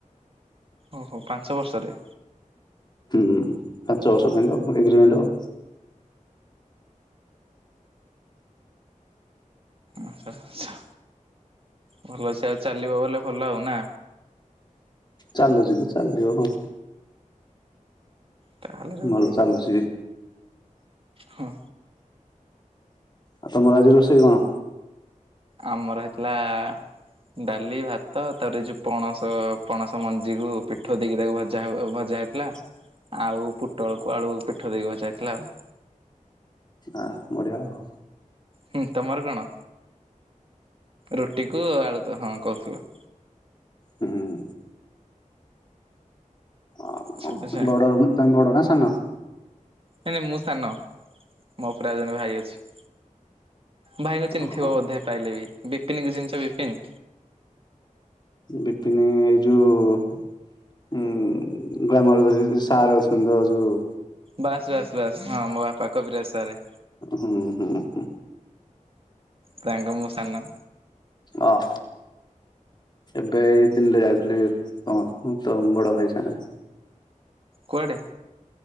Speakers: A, on the right (about 45°); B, on the left (about 35°).
A: ଓହୋ ପାଞ୍ଚ ବର୍ଷରେ।
B: ହୁଁ ପାଞ୍ଚ ବର୍ଷ ପାଇଁତ ଏଗ୍ରିମେଣ୍ଟ ଆଉ।
A: ଆଛା ଆଛା ଭଲ ଅଛି ଆଉ ଚାଲିବ ବଲେ ଭଲ ଆଉ ନା?
B: ଚାଲୁଚିତ ଚାଲିବ କଁ।
A: ତାହେଲେ ଯୋଉଟା
B: ଭଲ ଚାଲୁଚିବି।
A: ହଁ।
B: ଆଉ ତମର ଆଜି ରୋଷେଇ କଣ?
A: ଆମର ହେଇଥିଲା ଆ ଡାଲି ଭାତ ତାପର ଯୋଉ ପଣସ ପଣସ ମଞ୍ଜିରୁ ପିଠଉ ଦେଇକି ତାକୁ ଭାଜି ଯାହଉ ଭଜା ହେଇଥିଲା।
B: ଁ <inaudible>
A: ଆଉ ପୁଟଳକୁ ଆଳୁ ପିଠଉ ଦେଇକି ଭଜାହେଇଥିଲା ଆଉ।
B: ଆ ବଢିଆ ଆଉ।
A: ହୁଁ ତମର କଣ? ରୁଟି କୁ ଆଳୁ ତ ହଁ କହୁଥିଲ।
B: ହୁଁ ଉଁ। ଆଉ
A: ଆଚ୍ଛା
B: କଣ?
A: ଆଚ୍ଛା
B: ବଡ ତମେ ବଡ ନା ସାନ?
A: ନାଇଁ ନାଇଁ ମୁଁ ସାନ। ମୋ ଉପରେ ଜଣେ ଭାଇ ଅଛି। ଭାଇକୁ ଚିିହ୍ନିଥିବ
B: ଓହୋ
A: ବୋଧେ ପାଇଲେ ବି ବିପିନିକି ଚିହ୍ନିଚ ବିପିନ।
B: ବିପିନ ଏଇ ଯୋଉ ହୁଁ ଗ୍ଲାମର ଧରିକି ଯୋଉ ସାର ଅଚନ୍ତି ତ ଯୋଉ।
A: ବାସ୍ ବାସ୍ ବାସ୍ ହଁ ମୋ ବାପା କବିରାଜ ସାରେ।
B: ହୁଁ ହୁଁ ହୁଁ।
A: ତାହାଙ୍କ ମୁଁ ସାନ।
B: ଅହ। ଏବେ ଏଇ ଦିଲେ ଯାଇଥିଲି କଣ ତମ ବଡ ଭାଇ ସାଙ୍ଗରେ।
A: କୁଆଡ଼େ?